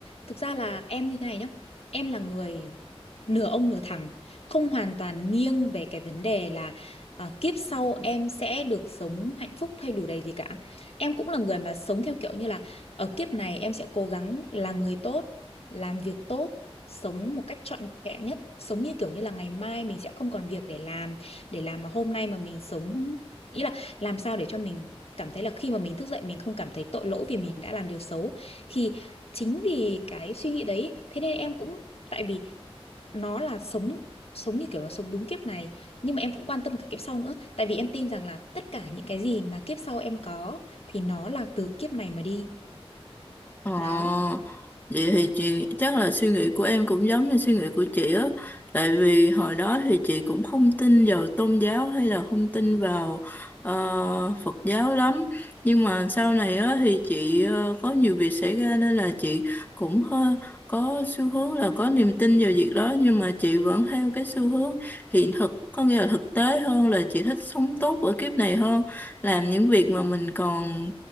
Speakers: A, on the left (about 70°); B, on the left (about 15°).
A: Thực ra là em như thế này nhá. Em là người nửa ông nửa thằng, không hoàn toàn nghiêng về cái vấn đề là à, kiếp sau em sẽ được sống hạnh phúc hay đủ đầy gì cả. Em cũng là người mà sống theo kiểu như là ở kiếp này em sẽ cố gắng là người tốt, làm việc tốt, sống một cách trọn vẹn nhất, sống như kiểu như là ngày mai mình sẽ không còn việc để làm, để làm mà hôm nay mà mình sống ý là làm sao để cho mình cảm thấy là khi mà mình thức dậy mình không cảm thấy tội lỗi vì mình đã làm điều xấu thì chính vì cái suy nghĩ đấy thế nên em cũng tại vì nó là sống sống như kiểu là sống đúng kiếp này nhưng mà em cũng quan tâm cả kiếp sau nữa tại vì em tin rằng là tất cả những cái gì mà kiếp sau em có thì nó là từ kiếp này mà đi
B: Ờ,
A: đó
B: vậy thì chị chắc là suy nghĩ của em cũng giống như suy nghĩ của chị á, tại vì hồi đó thì chị cũng không tin vào tôn giáo hay là không tin vào ờ, Phật giáo lắm, nhưng mà sau này á thì chị ờ, có nhiều việc xảy ra nên là chị cũng hơi có xu hướng là có niềm tin vào việc đó nhưng mà chị vẫn theo cái xu hướng hiện thực có nghĩa là thực tế hơn là chị thích sống tốt ở kiếp này hơn làm những việc mà mình còn